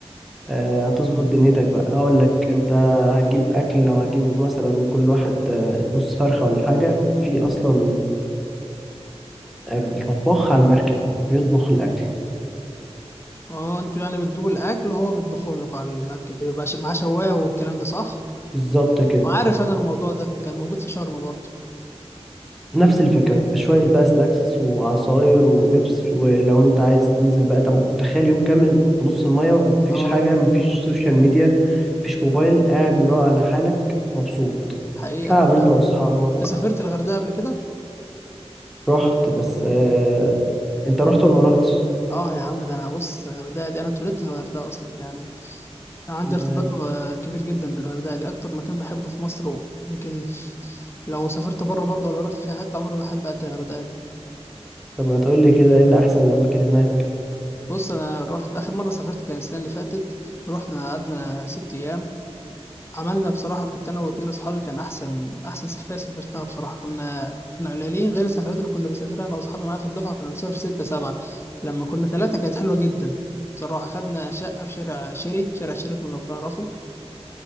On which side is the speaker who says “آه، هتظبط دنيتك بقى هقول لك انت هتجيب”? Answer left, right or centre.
Centre